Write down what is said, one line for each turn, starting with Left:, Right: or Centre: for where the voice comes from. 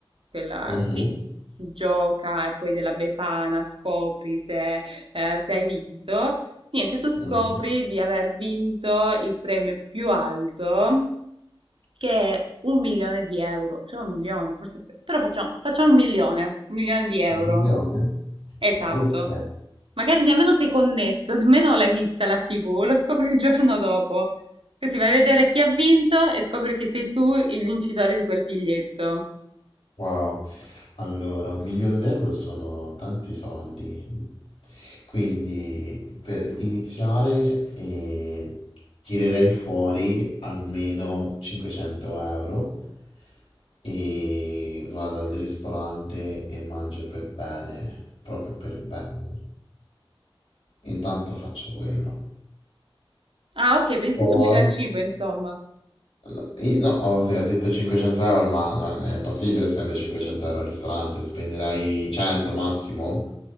Right: Quella,
Left: Mhm,
Right: sì, si gioca e poi della Befana scopri se, eh, se hai vinto. Niente, tu scopri
Left: mhm.
Right: di aver vinto il premio più alto che è un milione di euro, cioè un milione, forse, però facciamo, facciamo un milione, un milione di euro,
Left: Un milione?
Right: esatto.
Left: Ok.
Right: Magari nemmeno sei connesso, <laughs> nemmeno l'hai vista la TV, lo scopri il giorno dopo. Così vai a vedere chi ha vinto e scopri che sei tu il vincitore di quel biglietto.
Left: Wow, allora un milione d'euro sono tanti soldi, quindi per iniziare eh, tirerei fuori almeno 500 euro e vado al ristorante e mangio per bene, proprio per bene. Intanto faccio quello.
Right: Ah, ok, pensi
Left: Poi
Right: subito al cibo, insomma.
Left: No, i- no, ho se- ho detto 500 euro, ma non è impossibile spendere 500 euro al ristorante, spenderai 100 massimo,